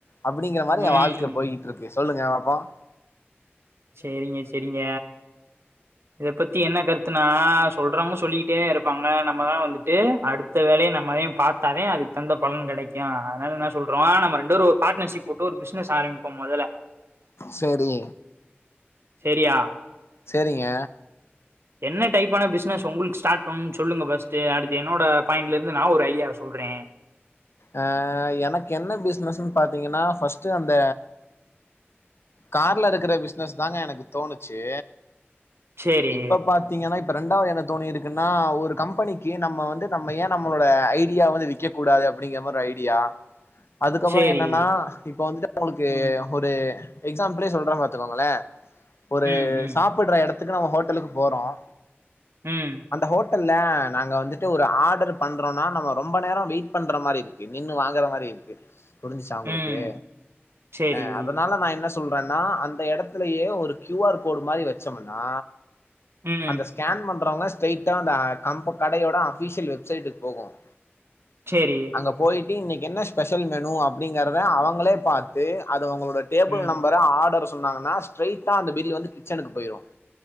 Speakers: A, on the left (about 70°); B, on the right (about 70°).
A: அப்படிங்கிற மாறி
B: ம்
A: என் வாழ்க்க போயிட்டு இருக்கு சொல்லுங்க பாப்போம்
B: சேரிங்க சரிங்க இத பத்தி என்ன கருத்துன்னா சொல்றவங்க சொல்லிக்கிட்டே இருப்பாங்க நம்மதான் வந்துட்டு அடுத் த வேலய நம்ம தான் பாத்தா தான் அதுக்கு தகுந்த பலன் கெடைக்கும் அதனால என்ன சொல்றோம் நம்ம ரெண்டு டோரு ஒரு பாட்னர்ஷிப் போட்டு ஒரு பிஸ்னஸ் ஆரம்பிப்போம் மொதல
A: சேரி
B: செரியா
A: சேரிங்க
B: என்ன டைப்பான பிஸ்னஸ் ஒங்களுக்கு ஸ்டார்ட் பண்ணும்னு சொல்லுங்க ஃபர்ஸ்ட்டு அடுத்து என்னோட பாயிண்ட்ல இருந்து நா ஒரு ஐடியா சொல்றேன்
A: அ எனக்கு என்ன பிஸ்னஸ்ன் பாத்தீங்கன்னா ஃபர்ஸ்ட்டு அந்த கார்ல இருக்குற பிஸ்னஸ் தாங்க எனக்கு தோணுச்சு
B: சேரி
A: இப்ப பாத் தீங்கன்னா இப்ப ரெரண்டாவது என்ன தோனி இருக்குன்னா ஒரு கம்பெனிக்கு நம்ம வந்து நம்ம ஏன் நம்மளோட ஐடியாவ வந்து விக்கக்கூடாது அ ப்படிங்க மார் ஒரு ஐடியா அதுக்கப்புறம்
B: சேரி
A: என்னன்னா இப்ப வந்துட்டு ஒங்களுக்கு
B: ம்
A: ஒரு எக்ஸாம்பிளே சொல்றன் பாத்துக்கோங்களே ஒரு
B: ம் ம்
A: சாப்பட்ற எடத் துக்கு நம்ம ஹோட்டலுக்கு போறோம்
B: ம்
A: அந்த ஹோ ட்டல்ல நாங்க வந்துட்டு ஒரு ஆர்டர் பண்றோம்னா நம்ம ரொம்ப நேரம் வெயிட் ட் பண்ற மாறிருக்கு நின்னு வாங்கற மாறி இருக்கு புரிஞ்சுச்சா ஒங்களுக்கு
B: ம் சேரி
A: அ அதனால நா என்ன சொல்றன்னா அந்த எடத்துலயே ஒரு கியூ ஆர் கோடு மாறி வச்சம்ன்னா
B: ம்
A: அந்த ஸ்கேன் பண்றவங்க ஸ்டேய்ட்டா அந்த கம்ப கடையோட அபிசியல் வெப்சைட்டுக்கு போகும்
B: சேரி
A: அங்க போயிட்டு இன்னைக்கு என்ன ஸ்பெஷல் மெனு அப்டிங்கறத அவங்களே பாத்து அது அவுங்ளோட டேபிள்
B: ம்
A: நம்பரு ஆர்டரு சொன்னாங்கன்னா ஸ்ட்ரைட்டா அந்த பில்லு வந்து கிச்சனுக்கு போயிரு